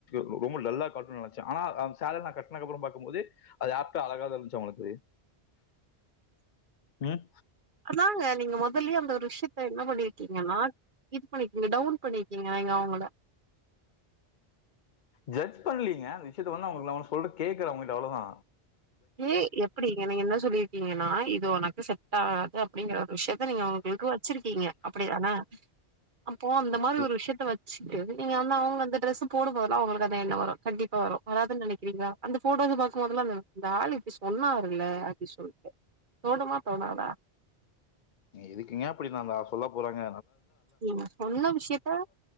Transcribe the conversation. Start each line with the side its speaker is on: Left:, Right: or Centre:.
Left: <unintelligible> ரொம்ப டல்லா காட்டு நனச்ச ஆனா அந்த சேரில நா கட்னகப்ற பாக்கும்போது அது ஏப்டா அழகாதா இருந்ச்சு அவங்ளுக்கு ஹ்ம்
Right: அதாங்க நீங்க மொதல்லியே அந்த ஒரு விஷ்யத்த என்ன பண்ணிருக்கீங்கன்னா இது பண்ணிருக்கிங்க டவுன் பண்ணிருக்கிங்க நீங்க அவங்கள
Left: ஜட்ஜ் பண்லீங்க அந்த விஷ்யத்த வந்து நா உங்ளுக்கு நா ஒன்னு சொல்ற கேக்கற அவங்ககிட்ட அவ்ளோதா
Right: ஏ எப்டிங்க நீங்க என்ன சொல்லிருக்கீங்கனா இது ஒனக்கு செட் ட்டாகாது அப் அப்டிங்ற ஒரு விஷ்யத்த நீங்க அவுங்ளுக்கு வச்சிருக்கிங்க அப்டிதான அப்போ அந்த
Left: அப்படி-
Right: மாரி ஒரு விஷயத்த வச் சுட்டு நீங்க அந்த அவங்க அந்த ட்ரெஸ்சு போடும்போதலா அவங்ளுக்கு அந்த எண்ண வரு கண்டிப்பா வரு வராதுன் நினைக்றிங்ளா அந்த ஃபோட்டோஸ்ச பாக்கும்போதலா அந்த அந்த ஆளு இப்டி சொன்னாருல அப்டி சொல்ட்டு தோணுமா தோணாதா
Left: எதுக்குங்க அப்டி நாம்ப சொல்ல போறங்க
Right: நீங்க சொன்ன விஷயத்த அப்